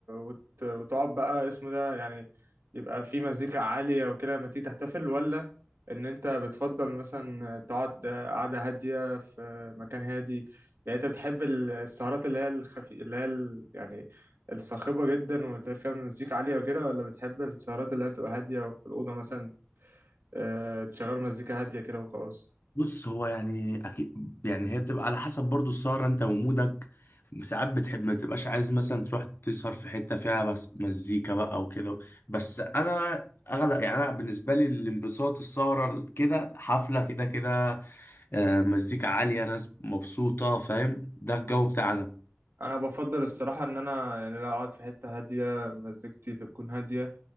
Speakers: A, on the right (about 60°); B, on the left (about 60°).
A: وت... وتقعد بقى اسمه ده يعني يبقى في مزيكا عالية وكده لما تيجي تحتفل ولا ان انت بتفضل مثلا تقعد قعدة هادية في مكان هادي يعني انت بتحب ال- السهرات اللي هي الخفي اللي هي ال... يعني الصاخبة جدا واللي فيها مزيكا عالية وكده ولا بتحب السهرات اللي هي بتبقى هادية وفي الأوضة مثلا آه تشغل مزيكا هادية كده وخلاص
B: بص هو يعني اكيد يعني هي بتبقى على حسب برضو السهره انت ومودك ساعات بتحب ما تبقاش عايز مثلا تروح تسهر في حته فيها بس مزيكا بقى وكده بس انا اغلب يعني انا بالنسبه لي الانبساط السهره كده حفله كده كده آه، مزيكا عاليه ناس مبسوطه فاهم ده الجو بتاعنا
A: انا بفضل الصراحه ان انا يعني لا اقعد في حته هاديه مزيكتي تكون هاديه